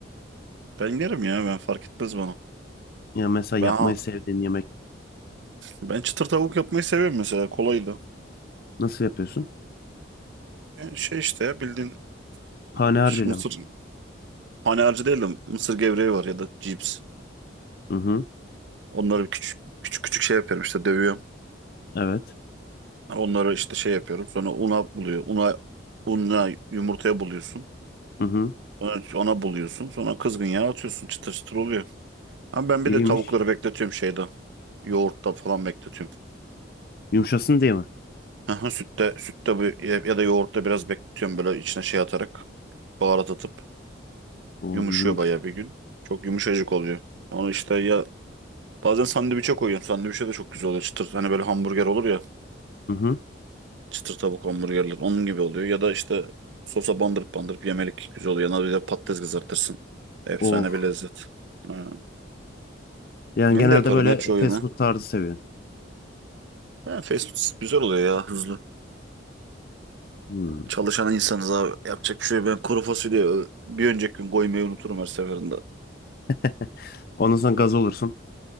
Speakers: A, on the right; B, on the left.
A: Ben yerim ya ben fark etmez bana.
B: Ya mesela
A: Ben
B: yapmayı sevdiğin yemek
A: ben çıtır tavuk yapmayı seviyorum mesela kolaydı.
B: nasıl yapıyorsun?
A: Yani şey işte ya, bildiğin
B: Pane
A: şu
B: mi?
A: mısır hani harcı değil de mısır gevreği var ya da cips.
B: Hı hı.
A: Onları küçük küçük küçük şey yapıyorum işte dövüyorum.
B: Evet.
A: Onları işte şey yapıyorum. Sonra una buluyor. Una unla yumurtaya buluyorsun.
B: Hı hı.
A: Sonra ona buluyorsun. Sonra kızgın yağ atıyorsun. Çıtır çıtır oluyor. Ama ben
B: İyiymiş.
A: bir de tavukları bekletiyorum şeyde. Yoğurtta falan bekletiyorum.
B: Yumuşasın diye mi?
A: Aha, sütte sütte bu ya ya da yoğurtta biraz bekletiyorum böyle içine şey atarak baharat atıp
B: Oo
A: yumuşuyor
B: iyiymiş.
A: bayağı bir gün. Çok yumuşacık oluyor. Onu işte ya bazen sandviçe koyuyorum. Sandviçe de çok güzel oluyor. Çıtır hani böyle hamburger olur ya.
B: Hı hı.
A: Çıtır tavuk hamburgerler onun gibi oluyor. Ya da işte sosa bandırıp bandırıp yemelik güzel oluyor. Yanına bir de patates kızartırsın. Efsane
B: Oh.
A: bir lezzet. Ha.
B: Yani
A: Ben
B: genelde
A: de yaparım
B: böyle
A: ya çoğu yemeği.
B: fast food tarzı seviyorsun.
A: Ha, fast food güzel oluyor ya hızlı.
B: Hmm.
A: Çalışan insanız abi. Yapacak bir şey yok. Ben kuru fasulye ö, bir önceki gün koymayı unuturum her seferinde.
B: <laughs> Ondan sonra gaz olursun.